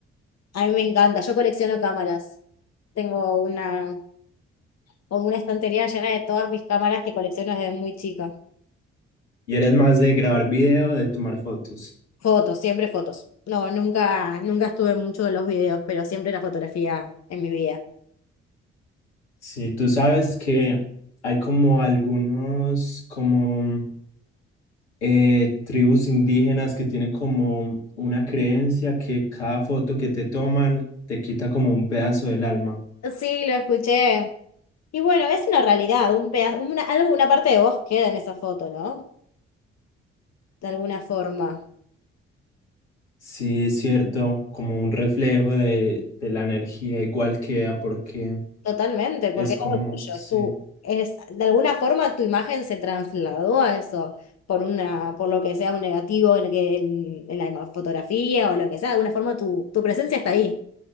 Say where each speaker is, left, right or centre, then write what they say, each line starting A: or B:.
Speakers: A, on the left; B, on the left.
A: A mí me encanta. Yo colecciono cámaras. Tengo una como una estantería llena de todas mis cámaras que colecciono desde muy chica.
B: ¿Y eres más de grabar video o de tomar fotos?
A: Fotos, siempre fotos. No, nunca, nunca estuve mucho en los videos, pero siempre la fotografía en mi vida.
B: Sí, tú sabes que hay como algunos como eh, tribus indígenas que tienen como una creencia que cada foto que te toman te quita como un pedazo del alma.
A: Sí, lo escuché. Y bueno, es una realidad,
B: Sí,
A: un pedazo, una, algo, una parte de vos queda en esa foto, ¿no? De alguna forma.
B: Sí, es cierto, como un reflejo de, de la energía igual queda porque
A: Totalmente, porque
B: es
A: es
B: como,
A: algo tuyo,
B: sí,
A: es tu, es, de alguna forma tu imagen se trasladó a eso, por una, por lo que sea un negativo en, el que- en, en la ima- fotografía o lo que sea, de alguna forma tu, tu presencia está ahí.